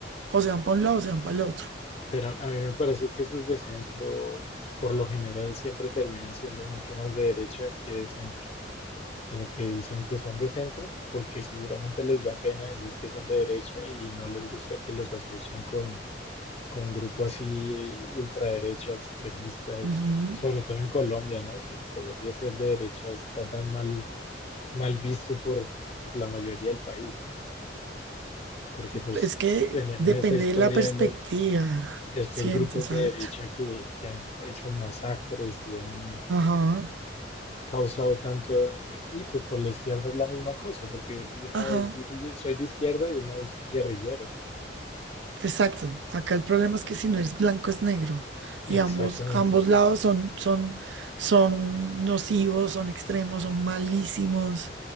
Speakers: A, on the right (about 75°); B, on the left (about 35°).
A: o se van para un lado o se van para el otro.
B: pero a mí me parece que esos de centro, por lo general, siempre terminan siendo mucho más de derecha que de centro, sino que dicen que son de centro porque seguramente les da pena decir que son de derecha y no les gusta que los asocien con con grupo así ultraderecha, extremista, y
A: Ujú.
B: sobre todo en Colombia, ¿no? Que en Colombia ser de derecha está tan mal, mal visto por pues, la mayoría del país, ¿no? Porque pues
A: Es que
B: tenemos
A: depende
B: esta historia
A: de la perspectiva,
B: de los, de estos
A: siento,
B: grupos
A: ¿sabes?
B: de derecha que, que han hecho masacres y han
A: Ajá,
B: causado tanto daño. Y pues por la izquierda es la misma cosa, porque de una
A: ajá,
B: vez dices soy de izquierda y de una vez guerrillero.
A: exacto. Acá el problema es que si no es blanco es negro
B: Exactamente.
A: y ambos, ambos lados son, son, son nocivos, son extremos, son malísimos,